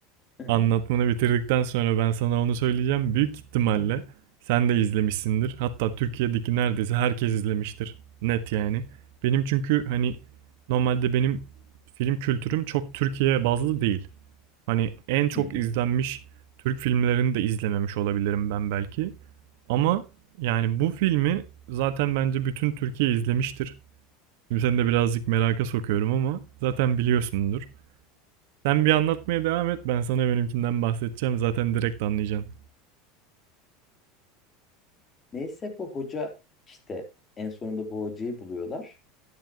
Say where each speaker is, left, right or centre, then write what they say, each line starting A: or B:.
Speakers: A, on the left; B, on the right.
A: Hı
B: anlatmanı bitirdikten sonra ben sana onu söyleyeceğim. Büyük ihtimalle
A: hı.
B: sen de izlemişsindir. Hatta Türkiye'deki neredeyse herkes izlemiştir. Net yani. Benim çünkü hani normalde benim film kültürüm çok Türkiye bazlı değil. Hani en çok
A: Hı hı.
B: izlenmiş Türk filmlerini de izlememiş olabilirim ben belki. Ama yani bu filmi zaten bence bütün Türkiye izlemiştir. Şimdi seni de birazcık meraka sokuyorum ama zaten biliyorsundur. Sen bir anlatmaya devam et ben sana benimkinden bahsedeceğim zaten direkt anlayacaksın.
A: Neyse bu hoca işte en sonunda bu hocayı buluyorlar.